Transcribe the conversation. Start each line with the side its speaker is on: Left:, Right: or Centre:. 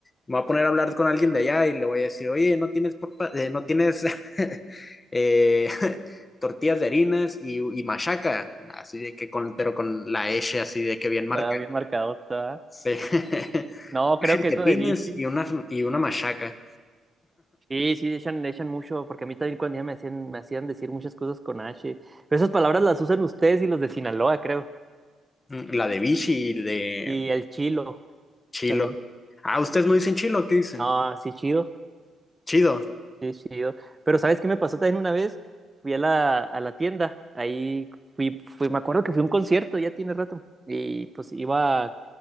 Left: me voy a poner a hablar con alguien de allá y le voy a decir, oye, no tienes papa, eh, no tienes <laughs> eh, <laughs> tortillas de harinas y, y machaca, así de que con, pero con la S así de que bien marca.
Right: la bien marcadota.
Left: Sí. <laughs>
Right: No,
Left: Unos
Right: creo
Left: chiltepines
Right: que eso de Vichy.
Left: y una, y una machaca,
Right: Sí, sí, echan, echan mucho, porque a mí también cuando ya me hacían, me hacían decir muchas cosas con H. Pero esas palabras las usan ustedes y los de Sinaloa, creo.
Left: Mm, la de Vichy y de
Right: Y el chilo
Left: Chilo.
Right: también.
Left: Ah, ustedes no dicen chilo, ¿qué dicen?
Right: ah sí, chido.
Left: Chido.
Right: Sí, chido. Pero ¿sabes qué me pasó también una vez? Fui a la, a la tienda. Ahí fui, fui, me acuerdo que fui a un concierto, ya tiene rato. Y pues iba a,